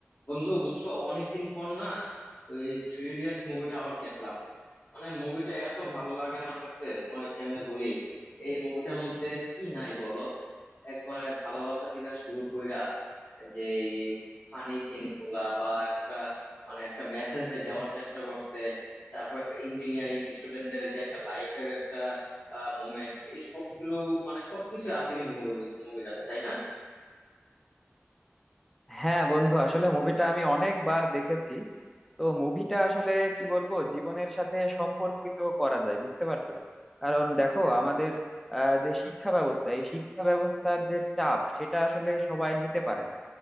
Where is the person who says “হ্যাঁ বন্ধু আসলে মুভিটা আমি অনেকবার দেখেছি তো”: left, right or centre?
Centre